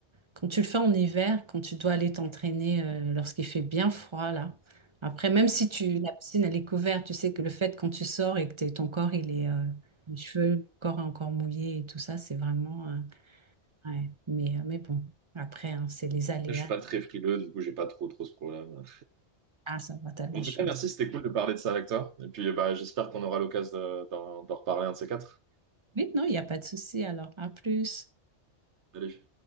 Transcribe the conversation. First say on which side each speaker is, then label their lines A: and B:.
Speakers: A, on the right; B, on the right.
A: Quand tu le fais en hiver, quand tu dois aller t'entraîner euh, lorsqu'il fait bien froid, là. Après, même si tu, la piscine, elle est couverte, tu sais que le fait quand tu sors et que t'es- ton corps, il est... euh, les cheveux, le corps est encore mouillé et tout ça, c'est vraiment... euh, ouais. Mais, euh, mais bon, après, hein, c'est les
B: Et
A: aléas.
B: après, je suis pas très frileux, du coup, j'ai pas trop, trop ce problème.
A: Ah, ça va, t'as de
B: En
A: la
B: tout
A: chance.
B: cas, merci, c'était cool de parler de ça avec toi. Et puis, euh, bah, j'espère qu'on aura l'occasion de- d'en d'en reparler un de ces quatre.
A: Oui, non, il n'y a pas de souci, alors. À plus.
B: Allez.